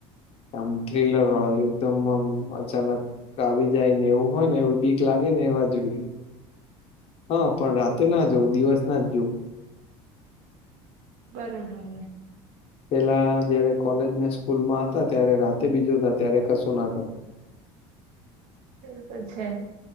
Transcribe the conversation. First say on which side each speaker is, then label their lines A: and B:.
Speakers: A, on the left; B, on the right.
A: આમ થ્રીલર હોય. એકદમ આમ અચાનક આવી જાય ને એવું હોયને એવું બીક લાગે ને એવા જોઈએ. હા પણ રાતે ના જોવ દિવસના જ જોઉં.
B: બરોબર.
A: પેલાં જયારે કોલેજ ને સ્કૂલમાં હતા ત્યારે રાતે બી જોતા ત્યારે કશું ના થતું.
B: એ તો છે.